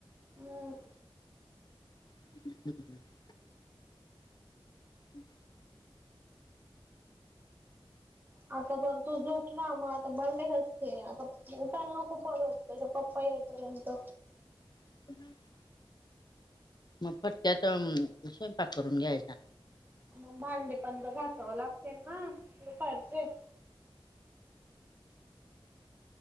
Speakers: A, on the right; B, on the left.
A: हूम्म.
B: <unintelligible> हुं.
A: आता तर तू झोपला मग आता भांडे घासते. आता चिंता नको करू तेचे पप्पा येई पर्यंत
B: <unintelligible> मग पटक्यात स्वयंपाक करून घ्यायचा.
A: मग भांडे पण तर घासावं लागते ना दुपारचे.